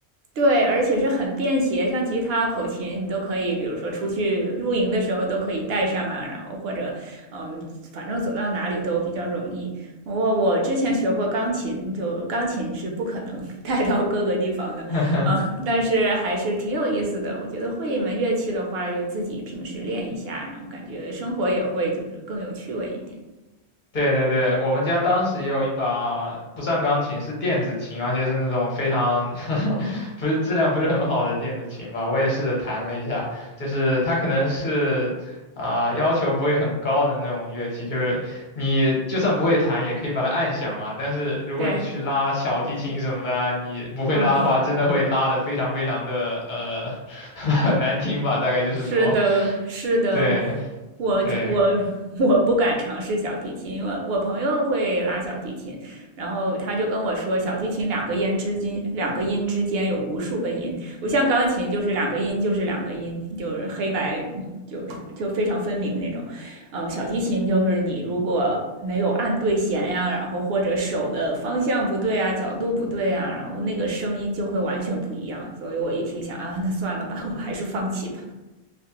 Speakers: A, on the right (about 70°); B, on the left (about 50°).
A: 对，而且是很便携，像吉他、口琴，你都可以，比如说出去露营的时候都可以带上啊，然后或者，嗯，反正走到哪里都比较容易。我我之前学过钢琴，就钢琴是不可能 <laughs> 带到各个地方的，
B: <laughs>
A: 啊，但是还是挺有意思的。我觉得会一门乐器的话，就自己平时练一下，然后感觉生活也会就是更有趣味一点。
B: 对对对，我们家当时也有一把不算钢琴，是电子琴，而且是那种非常 <laughs> 不是质量不是很好的电子琴吧。我也试着弹了一下，就是它可能是啊、要求不会很高的那种乐器，就是你就算不会弹也可以把它按响嘛。但是如果你去拉小提琴什么的啊你不会拉的话，
A: 对，嗯。
B: 真的会拉的非常非常的呃 <laughs> 很难听吧，大概就是说，
A: 是的，是的，
B: 对
A: 我我我不敢尝试小提琴，
B: 对
A: 因为我朋友会拉小提琴，然后他就跟我说，小提琴两个音之间，两个音之间有无数个音，不像钢琴就是两个音就是两个音，就是黑白就是就非常分明那种，嗯，小提琴就是你如果没有按对弦呀，然后或者手的方向不对啊，角度不对啊，然后那个声音就会完全不一样，所以我一听想啊，那算了吧，我还是放弃吧。